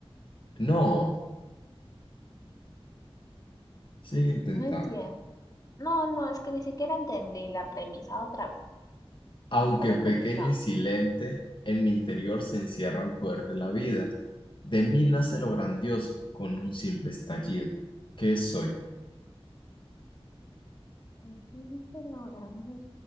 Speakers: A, on the left (about 55°); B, on the left (about 35°).
A: No, sigue intentando.
B: No entiendo. No, no, es que ni siquiera entendí la premisa otra vez.
A: Aunque
B: Está muy
A: pequeño
B: complicado.
A: y silente, en mi interior se encierra el poder de la vida. De mí nace lo grandioso con un simple estallido. ¿Qué soy?
B: Estoy elaborando